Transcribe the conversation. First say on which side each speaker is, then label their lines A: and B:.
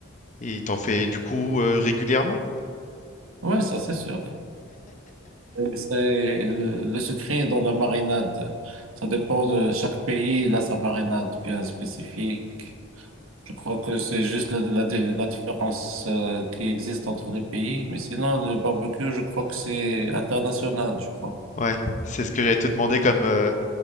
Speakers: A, on the left; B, on the right.
A: et t'en fais du coup euh, régulièrement?
B: Ouais, ça, c'est sûr. Et C'est, le, le secret est dans la marinade. Ça dépend de chaque pays. Il a sa marinade bien spécifique. Je crois que c'est juste la, la, di- la différence euh, qui existe entre les pays. Mais sinon, le barbecue, je crois que c'est international, je crois.
A: Ouais, c'est ce que j'allais te demander comme euh,